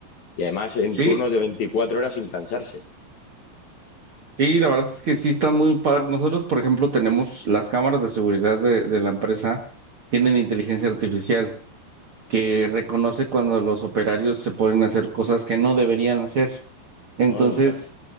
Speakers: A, on the left; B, on the right.
A: Y además en
B: sí,
A: turnos de 24 horas sin cansarse.
B: Sí, la verdad es que sí están muy padres. Nosotros, por ejemplo, tenemos las cámaras de seguridad de, de la empresa, tienen inteligencia artificial que reconoce cuando los operarios se ponen a hacer cosas que no deberían hacer. Entonces,
A: Anda.